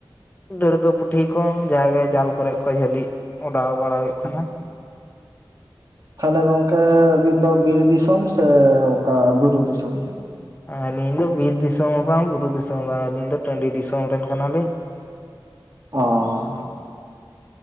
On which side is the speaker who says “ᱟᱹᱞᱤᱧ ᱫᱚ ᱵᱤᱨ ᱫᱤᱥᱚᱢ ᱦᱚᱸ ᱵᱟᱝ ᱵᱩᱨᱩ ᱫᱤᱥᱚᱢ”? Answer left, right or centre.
Left